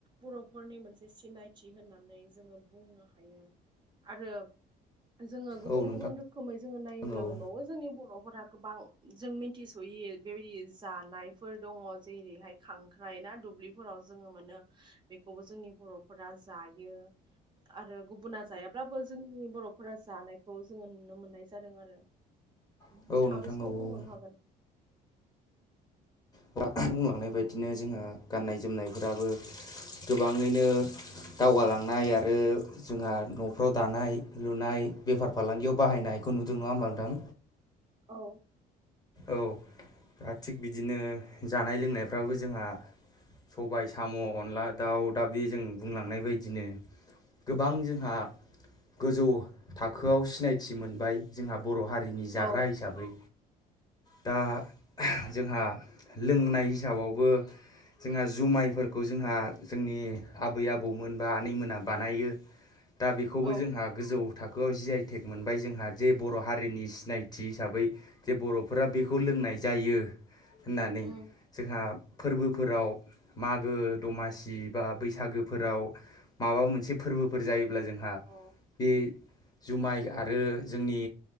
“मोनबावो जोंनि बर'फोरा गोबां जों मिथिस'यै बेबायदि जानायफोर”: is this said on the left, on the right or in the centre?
Right